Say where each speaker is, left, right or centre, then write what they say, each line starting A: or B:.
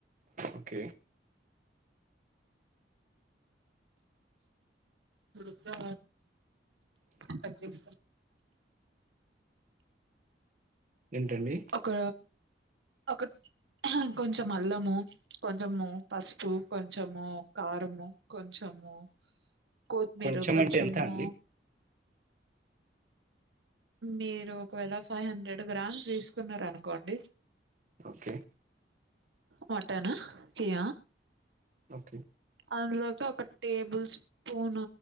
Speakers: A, on the right (about 45°); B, on the right (about 85°).
A: ఓకే
B: పొడుగ్గా కట్ చేసాక
A: ఏంటండి
B: ఒక ఒక అహా కొంచం అల్లము కొంచము పసుపు కొంచము కారము కొంచము కోత్మీరు
A: కొంచెం
B: కొంచము
A: అంటే ఎంత అండి
B: మీరు ఒకవేళ ఫైవ్ హండ్రెడ్ గ్రామ్స్ తీసుకున్నారు అనుకోండి
A: ఓకే
B: మటనా యా
A: ఓకే
B: అందులోకి ఒక టేబుల్ స్పూన్